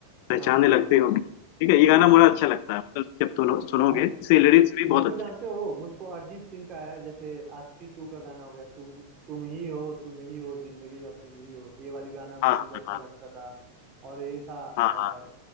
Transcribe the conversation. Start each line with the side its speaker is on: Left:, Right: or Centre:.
Left: पहचानने
Right: हाँ हाँ
Left: लगते हो ठीक है ये गाना
Right: हाँ
Left: बड़ा अच्छा लगता है मतलब जब तुम सुनोगे
Right: हम
Left: इसके लिरिक्स भी
Right: मुझको
Left: बहुत अच्छे
Right: जानते
Left: हैं
Right: हो मुझको अरिजीत सिंह का है जैसे आशिकी टू का गाना हो गया तुम तुम ही हो तुम ही हो जिंदगी अब तुम ही हो ये वाली गाना
Left: हाँ
Right: भी मुझे
Left: हाँ
Right: अच्छा
Left: हाँ
Right: लगता था और ये था अ,
Left: हाँ हाँ